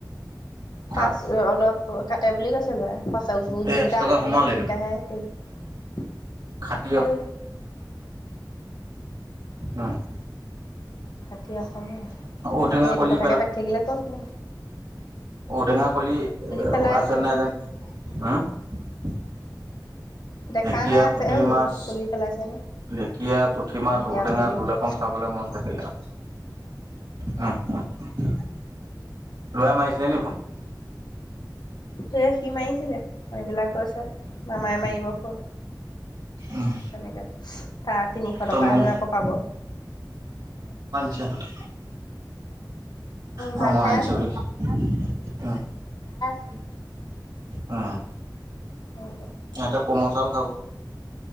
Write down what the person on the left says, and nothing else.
পাচ অলপ কাটে বুলি কৈছে ল'ৰাই <unintelligible>
যিকেইটা
অসমীয়া
সেইকেইটাহে সেই
খাটি অসমীয়া,
আমি এইটো
কথাকে পাতি থাকিলে ক'ত নো
পেলাইছে
দেখা
নাই আছে
বোলে
খুলি পেলাইছে নে
ঢেকীয়া
বুটলি
থকা
সে সি মাৰিছিলে মাৰি পেলাই কৈছে মামাই মাৰিব ফোন
সেনেকা তাৰ তিনিশ
টকা
হেনো আকৌ পাব
ভাত খাই
আছে
উহ
হয় হয়